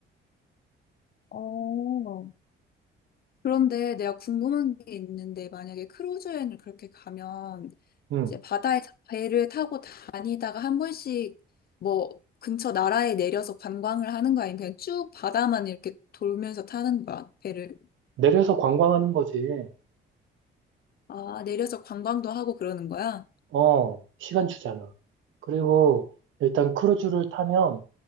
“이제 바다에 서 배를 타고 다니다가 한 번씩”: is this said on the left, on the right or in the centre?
Left